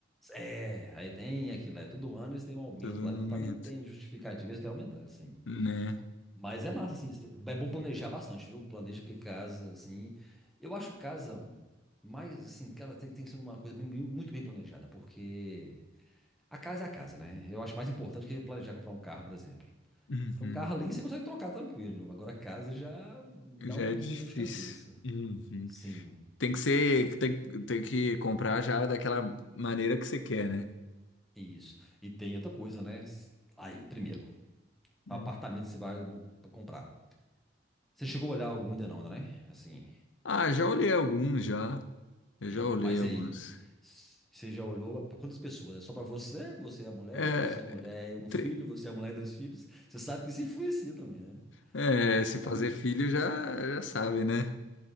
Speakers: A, in the centre; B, on the left.
A: é, aí tem aquilo, é, todo ano eles têm um aumento
B: Todo momento,
A: lá, não tá nem tendo justificativa, eles querem aumentar, assim.
B: né?
A: Mas é massa, assim, é bom planejar bastante, viu? Planeja porque casa, assim. Eu acho casa mais, assim, cara, tem, tem que ser uma coisa bem- bem- muito bem planejada, porque. A casa é a casa, né? Eu acho mais importante que planejar comprar um carro, por exemplo.
B: Uhum.
A: Porque um carro ali você consegue trocar tranquilo. Agora a casa já dá
B: Já
A: um pouquinho
B: é difícil.
A: mais dor de cabeça.
B: Uhum.
A: Sim,
B: Tem que ser, tem, tem que comprar já daquela maneira que você quer, né?
A: isso. E tem outra coisa, né? Aí, primeiro, apartamento
B: Hum.
A: você vai mo- comprar. Você chegou a olhar algum ainda não, né? Assim,
B: Ah, já olhei alguns já. Eu
A: sim.
B: já olhei
A: Mas
B: alguns.
A: aí, s- você já olhou para quantas pessoas? É só para você, você é a mulher,
B: É,
A: você é a mulher e um
B: tri-
A: filho, você é a mulher e dois filhos. Você sabe que isso influencia também, né?
B: é, se
A: Então,
B: fazer filho já, já sabe, né?